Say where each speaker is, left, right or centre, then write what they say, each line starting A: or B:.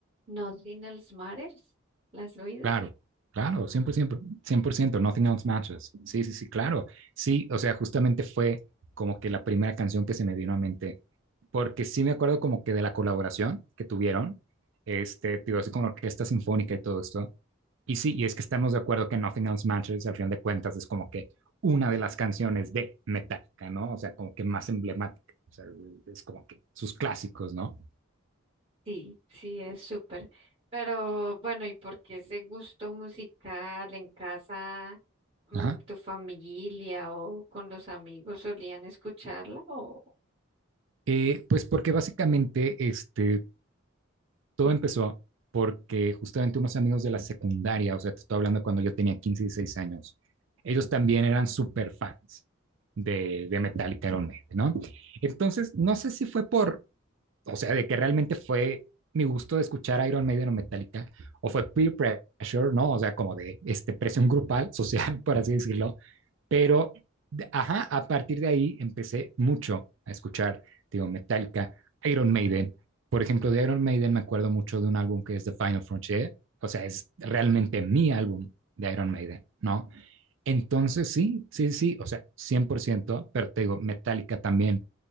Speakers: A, on the right; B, on the right.
A: Nothing Else Matters, ¿la has oído?
B: Claro, claro, cien cien, por ciento, cien por ciento. Nothing Else Matches. Sí, sí, sí, claro. Sí, o sea, justamente fue como que la primera canción que se me vino a mente, porque sí me acuerdo como que de la colaboración que tuvieron, este, digo, así con la orquesta sinfónica y todo esto. Y sí, y es que estamos de acuerdo que Nothing Else Matches, al final de cuentas, es como que una de las canciones de Metallica, ¿no? O sea, como que más emblemática. O sea, es como que sus clásicos, ¿no?
A: Sí, sí, es súper, pero bueno, ¿y por qué ese gusto musical en casa, mm,
B: Ajá.
A: tu familia o con los amigos solían escucharla o
B: Eh, pues porque básicamente, este, Todo empezó porque justamente unos amigos de la secundaria, o sea, te estoy hablando cuando yo tenía 15 y 16 años, ellos también eran súper fans de, de Metallica Iron Maiden, ¿no? Entonces, no sé si fue por, o sea, de que realmente fue mi gusto de escuchar Iron Maiden o Metallica, o fue peer pressure, ¿no? O sea, como de este presión grupal, <laughs> social, por así decirlo, pero, ajá, a partir de ahí empecé mucho a escuchar, digo, Metallica, Iron Maiden. Por ejemplo, de Iron Maiden me acuerdo mucho de un álbum que es The Final Frontier. O sea, es realmente mi álbum de Iron Maiden, ¿no? Entonces, sí, sí, sí, o sea, cien por ciento pero te digo, Metallica también,